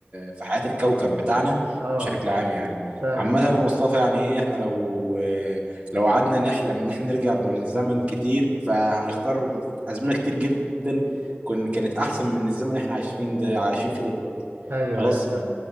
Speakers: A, on the right; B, on the right.
A: في حياه الكوكب بتاعنا
B: أه
A: بشكل عام يعني
B: فعلا
A: عامة يا مصطفى يعني ايه احنا لو لو قعدنا نحلم ان احنا نرجع بالزمن كتير فهنختار ازمنه كتير جدا كن كانت احسن من الزمن اللي احنا عايشين ده عايشين فيه ده دلوقتي
B: أيوه
A: خلاص
B: أيوه فعلا